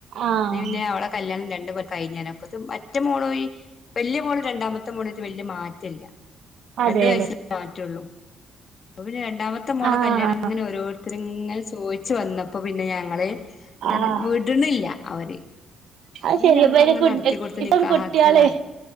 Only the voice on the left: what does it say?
അങ്ങനെ പിന്നെ ഓലെ കല്ല്യാണം രൺ <unintelligible> കഴിഞ്ഞാണ് അപ്പതും ഒറ്റ മോളോ ഈ വെല്യെ മോളും രണ്ടാമത്തെ മോനു അയ്റ്റ് വെല്യെ മാറ്റല്ല
രണ്ടു വയസ്സി <inaudible> മാറ്റൊള്ളു അപ്പൊ പിന്നെ രണ്ടാമത്തെ മോളെ
കല്ല്യാണങ്ങനെ ഓരോരുത്തര്ങ്ങനെ ചോയ്ച്ചു വന്നപ്പോ പിന്നെ ഞങ്ങള് എർ
വിട്ണില്ല അവര് അപ്പൊ
പിന്നെ നമ്മള്
അങ്ങനെ
നടത്തി കൊടുത്ത്
നിക്കാഹാക്കി
നട